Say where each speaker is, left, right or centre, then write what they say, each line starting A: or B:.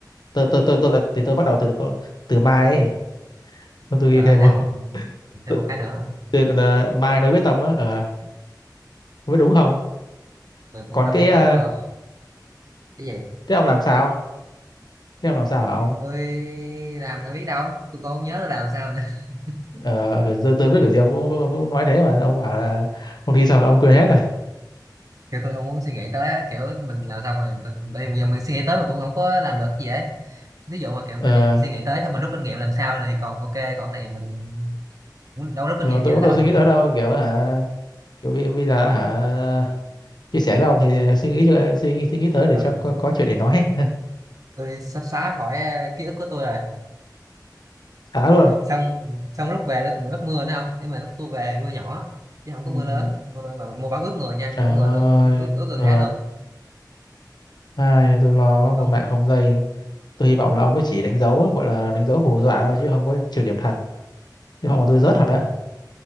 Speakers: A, on the left; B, on the right.
A: tôi tôi tôi tôi là thì tôi bắt đầu từ câu- từ mai ấy tôi, tôi ghi
B: rồi
A: thêm
B: là thêm
A: vào
B: một
A: <laughs>
B: thêm
A: tôi,
B: một cái nữa à?
A: tôi, là mai nói biết tâm á ờ không biết đúng không
B: tôi cũng
A: còn
B: đâu
A: cái
B: biết đúng
A: ờ,
B: không cái gì
A: thế ông làm sao thế ông làm sao hả ông
B: tôi làm ai biết đâu tôi cũng không nhớ tôi làm sao nữa <laughs>
A: ờ kiểu tôi, tôi biết kiểu gì ông cũng, cũng, cũng nói thế mà ông bảo là ông thi xong là ông quên hết
B: kiểu tôi không muốn suy nghĩ tới á, kiểu mình làm xong rồi tôi- bây giờ mình suy nghĩ tới mình cũng không có làm được gì ấy ví dụ mà kiểu
A: Ờ,
B: mình suy nghĩ tới xong mình rút kinh nghiệm lần sau thì còn ok còn cái này mình cũng đâu có rút kinh
A: ờ,
B: nghiệm
A: tôi
B: gì nữa
A: cũng
B: đâu
A: đâu suy
B: <laughs>
A: nghĩ tới đâu kiểu hả kiểu bây bây giờ hả chia sẻ với ông thì suy nghĩ cho suy, suy nghĩ tới để
B: Ờ,
A: cho có, có chuyện để nói <laughs>
B: tôi sắp xóa khỏi ờ, ký ức của tôi rồi
A: xả luôn
B: xong xong lúc về tôi còn bị bắt mưa nữa không nhưng mà lúc tôi về mưa nhỏ chứ không có
A: Ừm,
B: mưa lớn mưa mà mưa vẫn ướt người nha
A: trời
B: kiểu
A: ơi
B: người tôi cũng ướt ướt gần
A: ờ,
B: hết luôn
A: ai tôi lo quá một
B: ông
A: mạng không dây tôi hy vọng là ông ấy chỉ đánh dấu gọi là đánh dấu hù dọa thôi chứ không có trừ điểm thật chứ không là tôi rớt thật á
B: hù